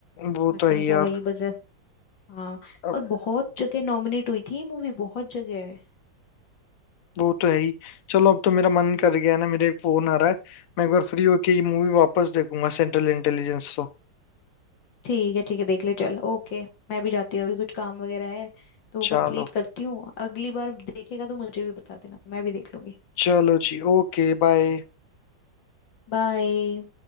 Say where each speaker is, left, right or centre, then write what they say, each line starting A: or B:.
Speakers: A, on the left; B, on the left.
A: वो
B: मैंने
A: तो है ही
B: कहा
A: यार
B: भाई बस हाँ
A: अब
B: और बहुत जगह नॉमिनेट हुई थी ये मूवी बहुत जगह है
A: वो तो है ही चलो अब तो मेरा मन कर गया है ना मेरे एक फोन आ रहा है मैं एक बार फ्री होके ये मूवी वापस देखूंगा सेंट्रल इंटेलिजेंस तो
B: ठीक है ठीक है देख ले चल ओके मैं भी जाती हूँ अभी कुछ काम वगैरह है तो वो
A: चलो
B: कंप्लीट करती हूँ अगली बार देखेगा तो मुझे भी बता देना मैं भी देख लूंगी
A: चलो जी ओके बाय
B: बाय